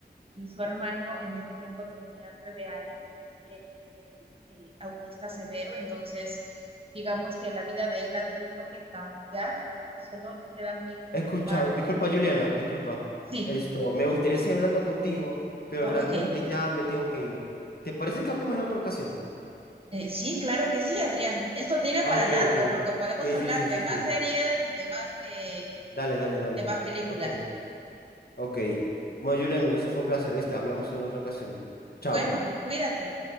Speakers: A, on the right; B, on the left.
A: Y su hermano en ese tiempo tenía nueve años, él es eh, autista severo, entonces digamos que la vida de él ha tenido que cambiar, que solo quedan él y
B: He
A: su
B: escuchado,
A: hermano.
B: disculpa Juliana, disculpa.
A: Sí,
B: Esto, me gustaría seguir hablando contigo, pero
A: ah,
B: realmente
A: ok,
B: ya me tengo que ir. ¿Te parece que hablemos en otra ocasión?
A: Eh, sí, claro que sí, Adrián. Esto tiene
B: Ah,
A: para
B: ok,
A: largo
B: ok.
A: porque podemos
B: Sí,
A: hablar
B: sí, sí,
A: de
B: sí,
A: más
B: sí.
A: series y de más, eh,
B: Dale, dale, dale.
A: de más películas.
B: Ok. Ok. Bueno, Julián, entonces fue un placer, ¿viste? Hablamos en otra ocasión. Chao.
A: Bueno, cuídate.